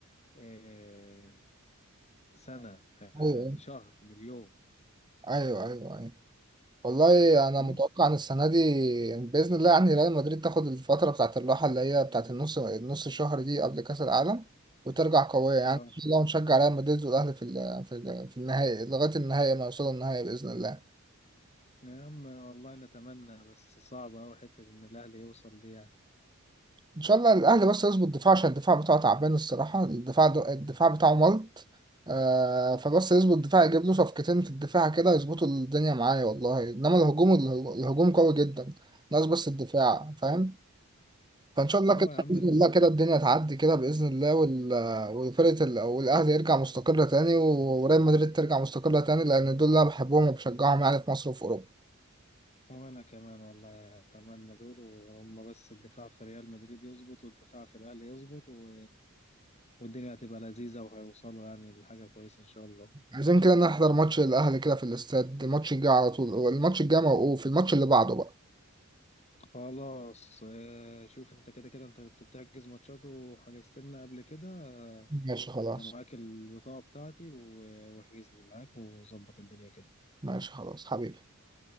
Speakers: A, on the left; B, on the right.
A: آه، سنة آه،
B: أيوه
A: شهر مليون
B: أيوه أيوه أيوه والله انا متوقع
A: بس
B: ان السنه دي يعني باذن الله يعني ريال مدريد تاخد الفتره بتاعه الراحه اللي هي بتاعه النص النص شهر دي قبل كاس العالم وترجع قويه يعني
A: اه
B: ان شاء الله نشجع ريال مدريد والاهلي في ال- في ال- في النهائي لغايه النهائي ما يوصلوا النهائي باذن الله
A: يا عم والله نتمنى بس صعب أوي حتة إن الأهلي يوصل دي يعني
B: ان شاء الله الاهلي بس يظبط دفاع عشان الدفاع بتاعه تعبان الصراحه الدفاع دو- الدفاع بتاعه ملط آه فبس يظبط الدفاع يجيب له صفقتين في الدفاع كده يظبطوا الدنيا معايا والله انما الهجوم الهجوم قوي جدا ناقص بس الدفاع فاهم فان شاء الله
A: اه
B: كده
A: يا عم
B: باذن الله كده الدنيا تعدي كده باذن الله وال... وفرقه ال... والاهلي يرجع مستقره تاني وريال مدريد ترجع مستقره تاني لان دول اللي انا بحبهم وبشجعهم يعني في مصر وفي اوروبا
A: وأنا كمان والله أتمنى دول وهم بس الدفاع في ريال مدريد يظبط والدفاع في الأهلي يظبط و... والدنيا هتبقى لذيذة وهيوصلوا يعني لحاجة كويسة إن شاء الله
B: عايزين كده نحضر ماتش الاهلي كده في الاستاد الماتش الجاي على طول الماتش الجاي موقوف الماتش اللي بعده بقى
A: خلاص آه، شوف أنت كده كده أنت كنت بتحجز ماتشات وحجزت لنا قبل كده آه،
B: ماشي خلاص
A: أنت معاك البطاقة بتاعتي و- واحجز لي معاك وظبط الدنيا كده
B: ماشي خلاص حبيبي